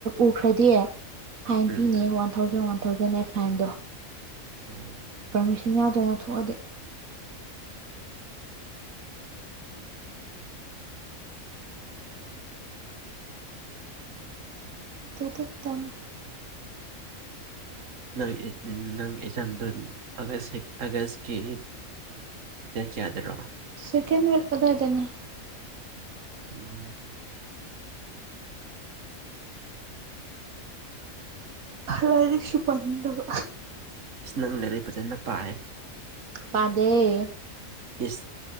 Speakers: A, on the right; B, on the right.
A: ꯎꯈ꯭ꯔꯗꯤ ꯐꯥꯏꯟ
B: ꯎꯝ
A: ꯄꯤꯅꯤ ꯋꯥꯟ ꯊꯥꯎꯖꯟ ꯋꯥꯟ ꯊꯥꯎꯖꯟ ꯅꯦ ꯐꯥꯏꯟꯗꯣ
B: ꯎꯝ
A: ꯄꯥꯔꯃꯤꯁꯟ ꯌꯥꯎꯗꯅ ꯊꯣꯛꯑꯗꯤ <unintelligible>
B: ꯅꯣꯏ ꯏꯠ ꯅꯪ ꯑꯦꯛꯖꯥꯝꯗꯨꯟ ꯑꯥꯒꯁ ꯑꯥꯒꯁꯀꯤ ꯗꯦꯠ ꯀꯌꯥꯗꯔꯣ
A: ꯁꯦꯀꯦꯟ ꯋꯤꯛ ꯑꯗꯥꯏꯗꯅꯦ
B: ꯎꯝ
A: ꯂꯥꯏꯔꯤꯛꯁꯨ ꯄꯥꯅꯤꯡꯗꯕ
B: ꯏꯁ ꯅꯪ ꯂꯥꯢꯔꯤꯛ ꯐꯖꯅ ꯄꯥꯏꯌꯦ
A: ꯄꯗꯦ
B: ꯏꯁ